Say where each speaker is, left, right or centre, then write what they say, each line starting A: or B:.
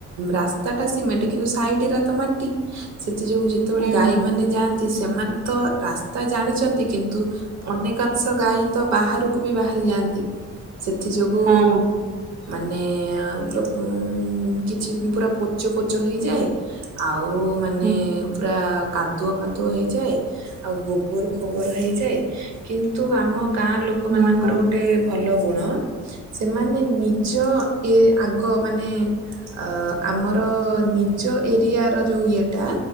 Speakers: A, on the right; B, on the right.
A: ରାସ୍ତା ଟା ସିମେଣ୍ଟ କିନ୍ତୁ ସାଇଡରା ତ ମାଟି ସେଥି ଯୋଗୁ ଯେ ଯେତେବେଳେ
B: ହୁଁ
A: ଗାଈମାନୋନ
B: ହୁଁ
A: ଯାଆନ୍ତି ସେମାନେ ତ ରାସ୍ତା ଜାଣିଛନ୍ତି କିନ୍ତୁ ଅନେକାଂସ୍ ତ ଗାଈ ତ ବାହାରକୁ ବି ବାହାରି ଯାଆନ୍ତି ସେଥି ଯୋଗୁ।
B: ହଁ
A: ମାନେ ଲୋକ କିଛି ପୁରା ପୋଚ ପୋଚ ହେଇଯାଏ। ଆଉ ମାନେ।
B: ହୁଁ
A: ପୁରା କାଦୁଅ ଫାଦୁଅ ହେଇଯାଏ ଆଉ ଗୋବର ଫୋବର ହେଇଯାଏ କିନ୍ ନ୍ତୁ ଆମ ଗାଁ ଲୋକ ମାନଙ୍କର
B: ହଁ ହଁ
A: ଗୋଟେ ଭଲ ଗୁଣ। ସେମାନେ ନିଜ ଏ ଆଗ ମାନେ। ଅ ଆମର ନିଜ ଏରିଆ ର ଯୋଉ ଇଏଟା।